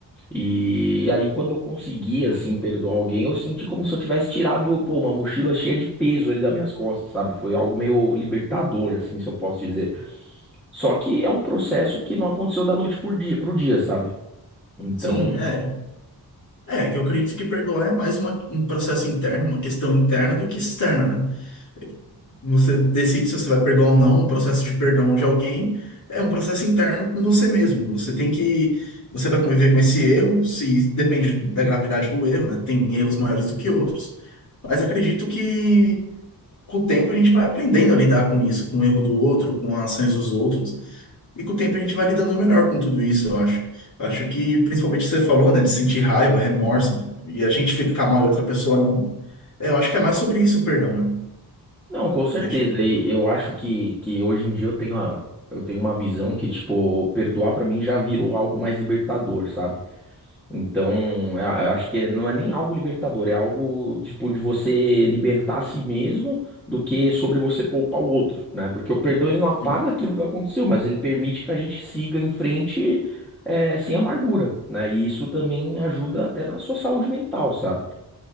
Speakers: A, in the centre; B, on the left (about 50°).
A: E aí, quando eu consegui, assim, perdoar alguém, eu senti como se eu tivesse tirado, pô, uma mochila cheia de peso ali das minhas costas, sabe? Foi algo meio libertador, assim, se eu posso dizer. Só que é um processo que não aconteceu da noite por dia, pro dia, sabe? Então,
B: Sim, é. É, que eu acredito que perdoar é mais uma- um processo interno, uma questão interna do que externa, né? Você decide se você vai perdoar ou não, o processo de perdão de alguém é um processo interno com você mesmo. Você tem que, você vai conviver com esse erro, se depende da gravidade do erro, né? Tem erros
A: Uhum.
B: maiores do que outros, mas acredito que com o tempo a gente vai aprendendo a lidar com isso, com o erro do outro, com as ações dos outros. E com o tempo a gente vai lidando melhor com tudo isso, eu acho. Acho que, principalmente você falou, né, de sentir raiva, remorso, e a gente ficar mal e outra pessoa não. É, Eu acho que é mais sobre isso o perdão, né?
A: não, com certeza.
B: A gente,
A: E eu acho que, que hoje em dia eu tenho a, eu tenho uma visão que, tipo, perdoar pra mim já virou algo mais libertador, sabe? Então, eu eu acho que é, não é nem algo libertador, é algo tipo de você libertar a si mesmo do que sobre você poupar o outro, né? Porque o perdão ele não apaga
B: sim,
A: aquilo que aconteceu, mas ele permite que a gente siga em frente é, sem amargura, né? E isso também ajuda até na sua saúde mental, sabe?